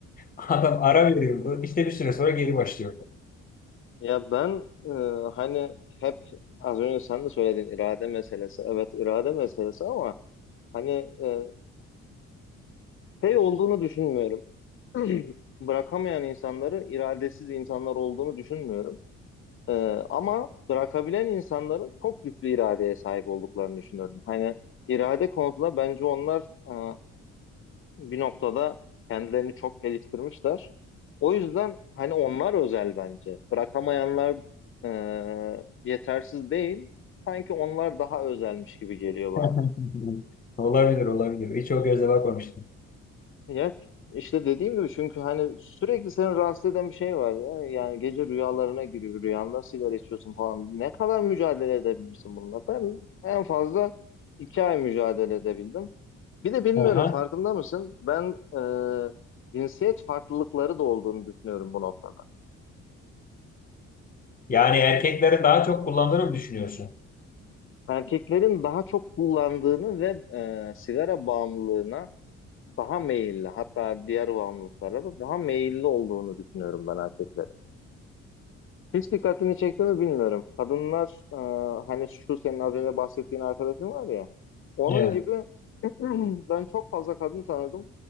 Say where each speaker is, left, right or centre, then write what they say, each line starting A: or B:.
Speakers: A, on the left; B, on the left.
A: Adam ara veriyordu. İşte bir süre sonra geri başlıyordu.
B: Ya ben e, hani hep az önce sen de söyledin irade meselesi. Evet irade meselesi ama hani e, şey olduğunu düşünmüyorum. <clears throat> Bırakamayan insanları iradesiz insanlar olduğunu düşünmüyorum. Ee, ama bırakabilen insanların çok güçlü iradeye sahip olduklarını düşünüyorum. Hani irade konusunda bence onlar e, bir noktada kendilerini çok geliştirmişler. O yüzden hani onlar özel bence. Bırakamayanlar e, yetersiz değil. Sanki onlar daha özelmiş gibi geliyor bana.
A: <laughs> Olabilir, olabilir. Hiç o gözle bakmamıştım.
B: Ya işte dediğim gibi çünkü hani sürekli seni rahatsız eden bir şey var ya. Yani gece rüyalarına giriyor. Rüyanda sigara içiyorsun falan. Ne kadar mücadele edebilirsin bununla? Ben en fazla iki ay mücadele edebildim. Bir de bilmiyorum
A: Aha.
B: farkında mısın? Ben e, cinsiyet farklılıkları da olduğunu düşünüyorum bu noktada.
A: Yani erkeklerin daha çok kullandığını mı düşünüyorsun?
B: Erkeklerin daha çok kullandığını ve e, sigara bağımlılığına daha meyilli hatta diğer bağımlılıklara da daha meyilli olduğunu düşünüyorum ben erkeklerin. Hiç dikkatini çekti mi bilmiyorum. Kadınlar e, hani şu senin az önce bahsettiğin arkadaşın var ya. Onun
A: Evet.
B: gibi <clears throat> ben çok fazla kadın tanıdım.